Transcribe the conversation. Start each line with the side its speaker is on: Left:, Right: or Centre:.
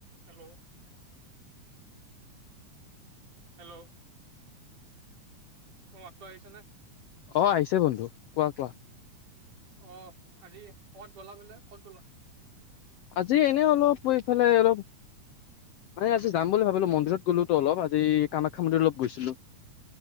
Right: হেল্ল'। হেল্ল'। অহ মাতটো আহিছে নে।
Left: অ আহিছে বন্ধু কোৱা কোৱা।
Right: অহ আজি ক'ত গ'লা বোলে ক'ত গ'লা।
Left: আজি এনে অলপ এইফালে অলপ। মানে আজি যাম বুলি ভাবিলোঁ মন্দিৰত গলোতো অলপ আজি কামাখ্যা মন্দিৰত অলপ গৈছিলোঁ।